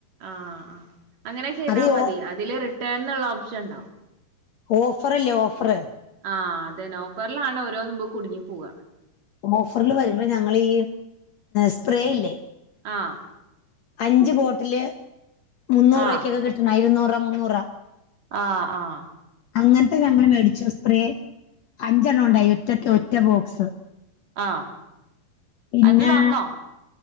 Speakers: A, on the right (about 60°); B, on the left (about 65°).
A: ആഹ് ആഹ് അങ്ങനെ ചെയ്താ
B: അത്
A: മതി
B: ഓ
A: അ ഇതില് റിട്ടേണുള്ള ഓപ്ഷൻ ഉണ്ടാവും
B: ഓഫറില്ലേ ഓഫറ്
A: ആഹ് അതെ ഒഫറിലാണ് ഓരോന്നും കുടുങ്ങി പോവ്വാ
B: ഓഫറിൽ വരുമ്പോ ഞങ്ങളി സ്പ്രേ ഇല്ലേ
A: ആഹ്
B: അഞ്ച് ബോട്ടില് മുന്നൂറു
A: ആഹ്
B: രൂപയ്ക്കൊക്കെ കിട്ടണ ഇരുന്നൂറ രൂപ മുന്നൂറൂപ
A: ആഹ് ആഹ്
B: അങ്ങനത്തെ ഞങ്ങൾ മേടിച്ച് സ്പ്രേ അഞ്ചെണ്ണം ഉണ്ടായി
A: ആഹ്
B: ഒറ്റ ഒറ്റ ബോക്സ്
A: ആഹ്
B: പിന്നെ
A: അത് നന്നോ